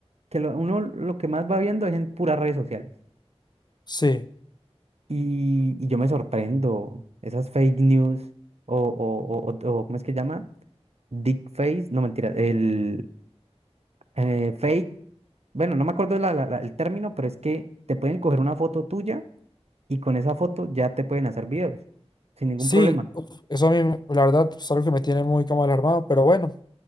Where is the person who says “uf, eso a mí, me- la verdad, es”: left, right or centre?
Left